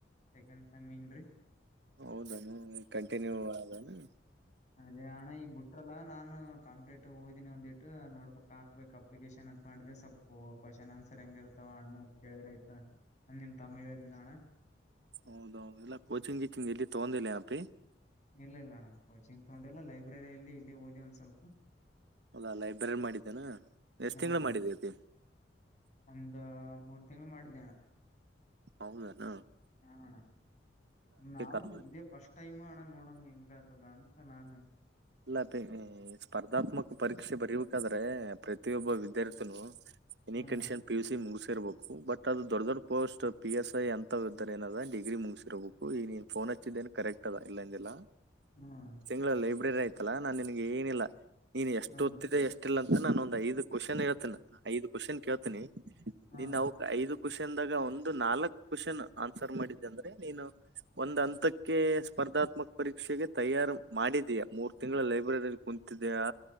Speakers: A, on the left (about 40°); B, on the right (about 70°).
A: ಸೆಕೆಂಡ್ ಸೆಮ್ಮಿ ನ್ರಿ.
B: ಹೌದೇನು ಕಂಟಿನ್ಯೂ ಆದಾನ.
A: ಅದೆ ಅಣ ಈಗ್ ಬಿಟ್ರಲ್ಲ ನಾ ನ ಕಂಪಿಟ್ ಹೋದೀನಿ ಒಂದಿಟ್ಟ್ ನೋಡ್ಬಕ್ ಹಾಕ್ಬೇಕ್ ಅಪ್ಲಿಕೇಶನ್ ಅಂತ ಮಾಡಿದ್ದೆ ಸ್ವಲ್ಪ ಕ್ವಶನ್ ಆನ್ಸರ್ ಹೆಂಗ ಇರ್ತವ ಅಣ್ಣ ಕೇಳಿದ್ರ ಆಯತ ನಿಮ್ಮ ತಮ್ಮ ಹೇಳಿದಣ್ಣ.
B: ಹೌದೌದು ಇಲ್ಲ ಕೋಚಿಂಗ್ ಗೀಚಿಂಗ್ ಎಲ್ಲಿ ತಗೊಂದಿಲ್ಲನಪಿ.
A: ಇಲ್ಲ ಇಲ್ಲ ಅಣ್ಣ ಕೋಚಿಂಗ್ ತಗೊಂಡಿಲ್ಲಲ್ಲ ಲೈಬ್ರರಿಯಲ್ಲಿ ಇಲ್ಲಿ ಓದಿ ಒಂದ್ ಸ್ವಲ್ಪ.
B: ಅಲ್ಲಾ ಲೈಬ್ರರಿ ಮಾಡಿದ್ದೇನಾ ಎಷ್ಟ್
A: ಹ
B: ತಿಂಗ್ಗಳು
A: ಅಣ್ಣ
B: ಮಾಡಿದ್ದತಿ.
A: ಒಂದ್ ಮೂರ್ ತಿಂಗಗಳು ಮಾಡಿದ್ದೆಣ.
B: ಹೌದೇನ.
A: ಹಾ ಅಣ್ಣ ನಾನ್
B: ಕಾಲ್
A: ಇದೇ ಫಸ್ಟ್ ಟೈಮು ಅಣ ನೋಡಮ್ಮ ಹೆಂಗಾತದ. ತ್ತ ನಾನು.
B: ಇಲ್ಲಾಪಿ ಈ ಸ್ಪರ್ಧಾತ್ಮಕ ಪರೀಕ್ಷೆ ಬರಿಬೇಕಾದ್ರೆ ಪ್ರತಿಯೊಬ್ಬ ವಿದ್ಯಾರ್ಥಿನೂ‌. Any
A: hmm
B: condition P U C ಮುಗ್ಸ. ಇರಬೇಕು ಬಟ್ ಅದು ದೊಡ್ ದೊಡ್ ಪೋಸ್ಟ್ ಪಿ ಎಸ್ ಐ ಅಂತ <unintelligible> ಏನದ ಡಿಗ್ರಿ ಮುಗಸಿರಬೇಕು ಈ ನೀನ್ ಫೋನ್ ಹಚ್ಚಿದ್ದೇನ್ ಕರೆಕ್ಟ್ ಅದ ಇಲ್ಲ ಅಂದಿಲ್ಲಾ.
A: ಹ್ಮ ಅಣ.
B: <unintelligible> ಲೈಬ್ರರಿ ಆಯ್ತಲ್ಲ ನಾನ್ ನಿನ್ಗೆ ಏನಿಲ್ಲ ನೀನ್ ಎಷ್ಟು
A: ಹ್ಮ್
B: ಒತ್ತಿದೆ ಎಷ್ಟ ಇಲ್ಲ. ನಾನ ಒಂದ್ ಐದು ಕ್ವೆಶನ್ ಹೇಳ್ತನ ಐದು ಕ್ವೆಶನ್ ಕೇಳ್ತನಿ.
A: ಹ್ಮ್ ಅಣ್ಣ
B: ನೀನ್ ಅವಕ್ ಐದಕ್. ಕ್ವನ್ದಾಗ ಒಂದು ನಾಲ್ಕಕ್ ಕ್ವಶನ್ ಆನ್ಸರ್ ಮಾಡಿದ್ದೆ ಅಂದ್ರೆ ನೀನು ಒಂದ್ ಹಂತಕ್ಕೆ ಸ್ಪರ್ಧಾತ್ಮಕ ಪರೀಕ್ಷೆಗೆ ತಯಾರು. ಮಾಡಿದೀಯಾ ಮೂರ್ ತಿಂಗಳ ಲೈಬ್ರರಿಲ್ಲಿ ಕುಂತಿದೀಯಾ